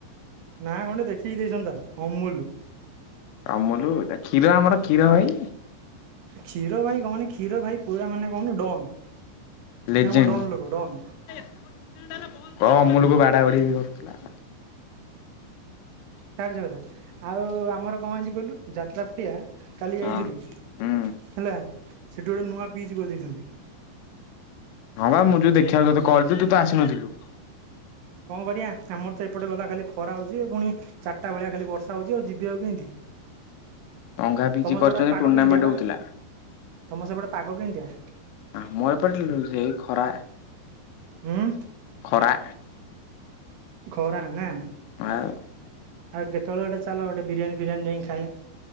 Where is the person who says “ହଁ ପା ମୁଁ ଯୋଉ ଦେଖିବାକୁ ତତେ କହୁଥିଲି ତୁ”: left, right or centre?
Left